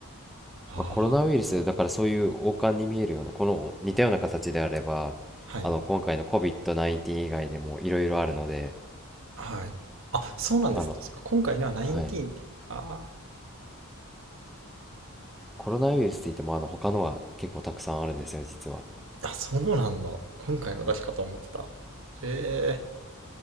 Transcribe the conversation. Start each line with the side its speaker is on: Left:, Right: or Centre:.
Right: ああ、
Centre: まあ、コロナウイルス、だからそういう王冠に見えるような、この似たような形であれば、
Right: はい、
Centre: あの、今回の COVID-19 以外でもいろいろあるので、
Right: はい。あ、そうなんですね。
Centre: あの、
Right: そっか今回のは19って。
Centre: はい。
Right: あ
Centre: コロナウイルスって言ってもあの他のは結構たくさんあるんですよ実は、
Right: あ、あ、そうなんだ。今回のだけかと思ってた。
Centre: はい、
Right: ええ